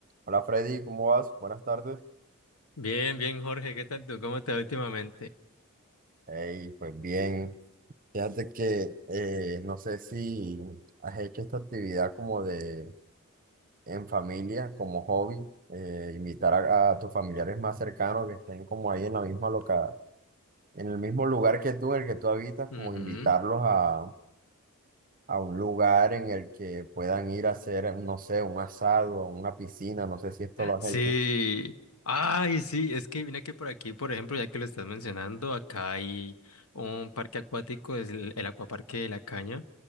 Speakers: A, on the right (about 40°); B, on the left (about 75°).
A: Hola Freddy, ¿cómo vas? Buenas tardes.
B: Bien, bien, Jorge, ¿qué tal tú? ¿Cómo te va últimamente?
A: Hey, pues bien. Fíjate que eh, no sé si has hecho esta actividad como de en familia, como hobby, eh, invitar a, a tus familiares más cercanos que estén como ahí en la misma loca, en el mismo lugar que tú, en el que tú habitas,
B: Ujú.
A: como invitarlos a, a un lugar en el que puedan ir a hacer, no sé, un asado, una piscina, no sé si esto lo has
B: Sí.
A: hecho.
B: Ay, sí, es que mira que por aquí, por ejemplo, ya que lo estás mencionando, acá hay un parque acuático, es el, el Acuaparque de la Caña.